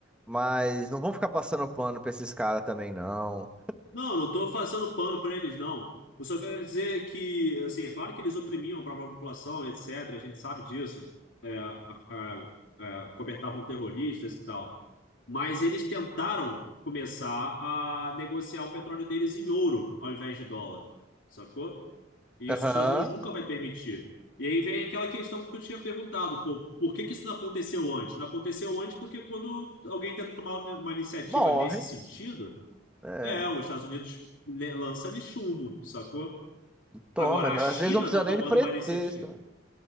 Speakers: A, in the centre; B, on the left (about 75°).
A: mas não vão ficar passando pano para esses caras também, não.
B: Não, não tô passando pano pra eles, não. Eu só quero dizer que, assim, é claro que eles oprimiam a própria população, etc. A gente sabe disso. É, a- a- a- cobertavam terroristas e tal. Mas eles tentaram começar a negociar o petróleo deles em ouro ao invés de dólar. Sacou? E
A: Aham.
B: isso os Estados Unidos nunca vai permitir. E aí vem aquela questão que tu tinha perguntado, pô, por que que isso não aconteceu antes? Não aconteceu antes porque quando alguém tenta tomar uma iniciativa
A: Morre.
B: nesse sentido,
A: É.
B: é, os Estados Unidos le- lança ali chumbo, sacou?
A: Toma,
B: Agora a China
A: às vezes não precisa
B: tá tomando
A: nem de pretexto,
B: uma iniciativa.
A: né?